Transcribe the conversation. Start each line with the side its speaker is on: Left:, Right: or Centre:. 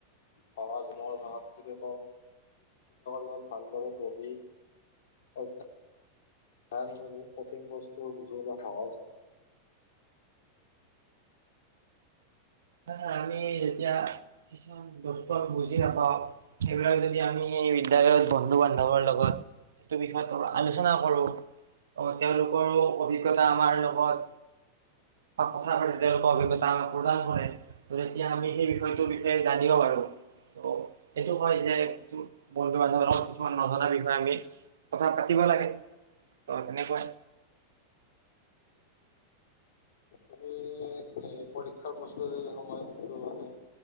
Left: সহজ মোৰ <unintelligible> শদ্ধবিলাকৰ লগত ভালদৰে পঢ়ি <unintelligible> কঠিন বস্তু বুজিবলৈ সহজ হয়
Right: হয় আমি এতিয়া কিছুমান দস্ত বুজি নাপাও। এই বিলাক যদি আমি বিদ্যালয়ত বন্ধু বান্ধৱ লগত বিষয়ত আলোচনা কৰো। অ তেওঁলোকৰো অভিজ্ঞতা আমাৰ লগত কথা পাতি তেওঁলোকৰ অভিজ্ঞতা আমাক প্ৰদান কৰে ত তেতিয়া আমি সেই বিষয়টোৰ বিষয়ে জানিব পাৰো। ত এইটো হয় যে কিছু বন্ধু বান্ধৱ লগ কিছুমান নজনা বিষয়ে আমি কথা পাতিব লাগে। ত' তেনেকুৱাই।
Left: তুমি পৰীক্ষাৰ প্ৰস্তুতি সময়ত যিটো মানে